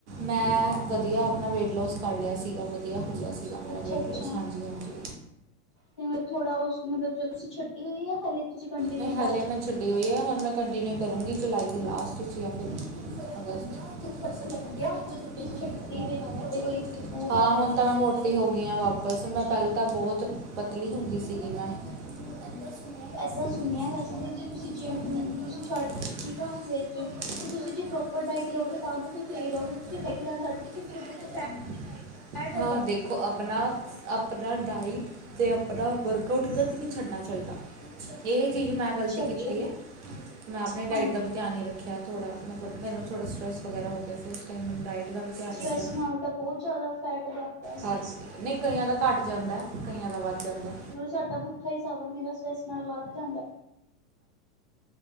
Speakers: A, on the right; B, on the left.
A: ਮੈਂ ਵਧੀਆ ਆਪਣਾ ਵੇਟ ਲੋਸ ਕਰ ਲਿਆ ਸੀਗਾ ਵਧੀਆ ਹੋ ਗਿਆ ਸੀਗਾ ਮੇਰਾ
B: ਅੱਛਾ-ਅੱਛਾ
A: ਵੇਟ ਲੋਸ ਹਾਂਜੀ ਹਾਂਜੀ।
B: ਤੇ ਮਤਲਬ ਥੋੜਾ ਉਸ ਮਤਲਬ ਜੋਂ ਤੁਸੀਂ ਛੱਡੀ ਹੁੰਦੀ ਆ ਹਾਲੇ। ਤੁਸੀਂ ਕੰਟੀਨਿਊ
A: ਨਹੀਂ
B: ਕਰਲੋ।
A: ਹਲੇ ਮੈਂ ਛੱਡੀ ਹੋਈ ਹੈ ਹੁਣ ਮੈਂ ਕੰਟੀਨਿਊ ਕਰੂੰਗੀ ਜੁਲਾਈ ਦੀ ਲਾਸਟ ਜਾਂ ਫਿਰ ਅਗਸਤ
B: ਫਰਕ ਲੱਗਿਆ
A: ਅਗਸਤ
B: ਜਦੋਂ ਤੁਸੀਂ ਛੱਡੀ ਵਿੱਚ ਤੁਹਾਡੇ ਕੋਈ, ਕ
A: ਹਾਂ ਹੁਣ ਤਾਂ ਮੈਂ ਮੋਟੀ ਹੋ ਗਈ ਹਾਂ ਵਾਪਸ ਮੈਂ ਪਹਿਲਾਂ ਤਾਂ ਬਹੁਤ ਪਤਲੀ ਹੁੰਦੀ ਸੀਗੀ ਮੈਂ ਇੱਦਾਂ ਸੁਣਿਆ ਵੈਸੇ
B: ਦ
A: ਜੇ
B: ਸੁਣਿਆ
A: ਤੁਸੀਂ
B: ਵੈਸੇ,
A: ਜਿਮ
B: ਤੁਸੀਂ ਜਿਵੇ, ਹੂੰ, ਤੁਸੀਂ ਛੱਡ
A: ਦਿੱਤੀ
B: ਦੇ ਠੀਕ ਆ ਵਿੱਚ
A: ਤਾਂ ਹੋ ਕਿ
B: ਤੇ ਤੁਸੀਂ ਜੇ
A: ਡਾਈਟ ਲਓਗੇ ਤਾਂ
B: ਪ੍ਰੋਪਰ
A: ਤਾਂ ਤੁਸੀਂ
B: ਡਾਇਟ
A: ਸਹੀ
B: ਲਵਓਗੇ,
A: ਰਹੋਗੇ
B: ਤਾਂ
A: ਜੇ
B: ਤੁਸੀਂ
A: ਡਾਈਟ
B: ਇਹੀ ਰਹੋਗੇ
A: ਲੈਣਾ
B: ਤੁਸੀਂ
A: ਛੱਡ
B: ਡਾਇਟ
A: ਦਿੱਤੀ
B: ਲਾਣਾ ਹਾ ਫਿਰ
A: ਫੈਟ
B: ਤੁਹਾਡੇ ਚ
A: ਆ
B: ਫੈ
A: ਜਾਂਦਾ
B: ਫੈਟ ਆ ਜਾਂਦਾ
A: ਹਾਂ ਦੇਖੋ ਆਪਣਾ ਆਪਣਾ ਡਾਇਟ ਅਤੇ ਆਪਣਾ ਵਰਕਆਊਟ ਕਦੇ ਨਹੀਂ ਛੱਡਣਾ ਚਾਹੀਦਾ। ਇਹ ਚੀਜ਼ ਮੈਂ
B: ਅੱਛਾ
A: ਗ਼ਲਤੀ ਕੀਤੀ
B: ਅੱਛਾ
A: ਹੈ, ਮੈਂ ਆਪਣੇ ਡਾਇਟ
B: ਹਾਂਜੀ।
A: ਦਾ ਵੀ ਧਿਆਨ ਨ ਰੱਖਿਆ। ਥੋੜ੍ਹਾ ਮਤਲਬ ਮੈਨੂੰ ਥੋੜ੍ਹਾ ਸਟਰੈੱਸ ਵਗੈਰਾ ਹੋ ਗਿਆ ਸੀ, ਉਸ ਟਾਈਮ ਮੈਨੂੰ ਡਾਇਟ ਦਾ ਵੀ ਧਿਆਨ
B: ਸਟਰੈਸ
A: ਨਹੀਂ ਰਿਹਾ,
B: ਨਾਲ ਤਾਂ ਬਹੁਤ ਜ਼ਿਆਦਾ ਫੈਟ ਵੱਧਦਾ ਹੈ।
A: ਹਾਂਜੀ ਨਹੀਂ ਕਈਆਂ ਦਾ ਘੱਟ ਜਾਂਦਾ ਕਈਆਂ ਦਾ ਵੱਧ ਜਾਂਦਾ।
B: ਮਤਲਬ ਸਾਡਾ ਪੁੱਠਾ ਹੀ ਹਿਸਾਬ ਆ ਮੇਰਾ ਨਾਲ ਵੱਧ ਜਾਂਦਾ